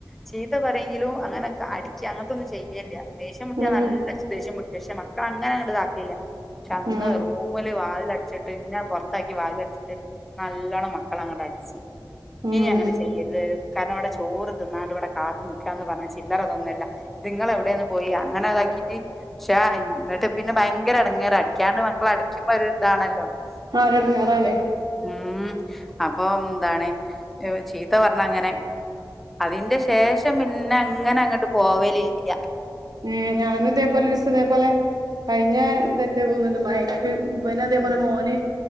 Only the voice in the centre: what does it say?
ചീത്ത പറയെങ്കിലും അങ്ങനൊക്കെ അടിക്യാ അങ്ങനത്തൊന്നും ചെയ്യല്യാ ദേഷ്യം മുട്ടിയാ
നല്ല ച് ദേഷ്യം പിടിക്കും പക്ഷെ മക്കള അങ്ങനെ അങ്ങട് ഇതാക്കയില്ല പക്ഷെ അന്ന്
റൂമില് വാതിൽ അടച്ചിട്ട് ഇന്ന പൊറത്താക്കി വാതിൽ അടച്ചിട്ട് നല്ലോണം മക്കളെ അങ്ങോട്ട് അടിച്ച്
ഇനി അങ്ങനെ ചെയ്യരുത് കാരണം അവിടെ ചോറ് തിന്നാണ്ട് ഇവിടെ കാത്തു നിക്കാന്ന് പറഞ്ഞച്ച് ചില്ലറ തന്നല്ല നിങ്ങൾ എവിടെയാന്ന് പോയി അങ്ങനെ അതാക്കീട്ട് ക്ഷാ എന്നിട്ട് പിന്നെ ഭയങ്കര എടങ്ങേറാ അടിക്കാണ്ട് മക്കൾ അടിക്കുമ്പോ ഒരു ഇതാണല്ലോ
അതെ. ഉം അപ്പോ എന്താണ് ഏഹ് ചീത്ത പറഞ്ഞ അങ്ങനെ അതിന്റെ ശേഷം പിന്ന അങ്ങനെ അങ്ങട്ട് പോവലില്ല
ഉം.